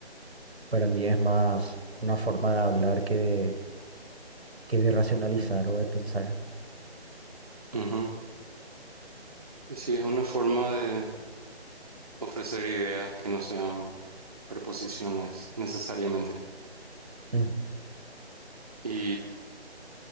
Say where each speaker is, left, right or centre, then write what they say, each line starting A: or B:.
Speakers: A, on the right; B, on the right.
A: para mí es más una forma de hablar que de, que de racionalizar o de pensar.
B: Ujú. Y sí, es una forma de ofrecer ideas que no sean preposiciones necesariamente.
A: Mm.
B: Y